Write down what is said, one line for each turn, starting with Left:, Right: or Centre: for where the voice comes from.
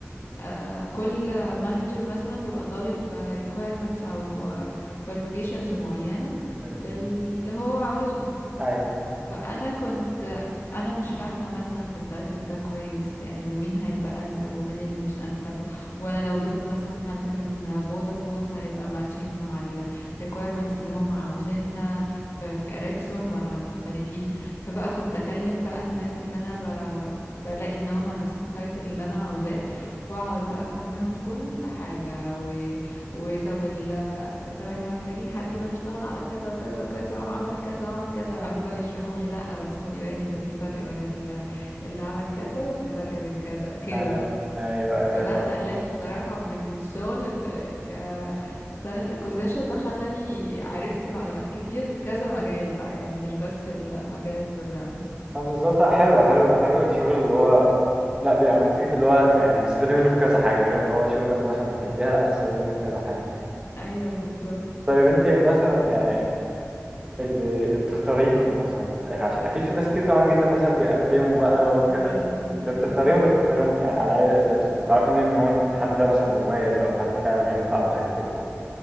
Left: آه، كل مانجر مثلا بيبقى طالب آه، requirements او آه، qualifications معينة
Right: مم.
Left: للي هو عاوزهم
Right: ايوه
Left: فانا كنت انا مش فاهمه مثلا في التايتل ده كويس يعني ومين هيبقى انسب ومين اللي مش انسب وانا لو جبت مثلا حد من فودافون هيبقى ماتشنج مع ال requirements اللي هم عاوزينها في في اريكسون ولا مختلفين فبقى كنت اكلم بقى الناس اللي انا ب... بلاقي ان هم نفس التايتل اللي انا عاوزاه واقعد بقى افهم منهم كل حاجه و... وطب طب احنا محتاجين حد يكون اشتغل على كذا وكذا وكذا وعمل كذا وعمل كذا ويقعدي بقى يشرحوا لي لا بس خدي بالك ده في فرق بين ال- اللي عمل كذا وفي فرق بين كذا كده
Right: ايوه
Left: بقى
Right: ايوه ايوه
Left: فده
Right: طب
Left: خلاني بصراحة من الشغل ف- ك talent acquisition ده خلاني عرفت معلومات كتير في كذا مجال بقى يعني مش بس المجال البروجرامي
Right: اه بالظبط لا حلو حلو حلو الشغل اللي هو لا بيبقى مفيد اللي هو يعني هتستفادي منه في كذا حاجة غير ان هو شغل انت مثلا بتحبيها لا هتستفادي منه في كذا حاجة
Left: ايوه بالظبط
Right: طيب انت مثلا يعني اللي اللي بتختاريهم مثلا في الاخر عشان اكيد في ناس كتير طبعا جدا مثلا بيقدموا بقى
Left: بتقدم
Right: وكده
Left: ايوه
Right: اللي بتختاريهم بتختاريهم يعني على أي أساس يعني بتعرفي منين إن هو الحد ده مثلا مميز أو الحد ده فعلا هينفع أو هيفيدكوا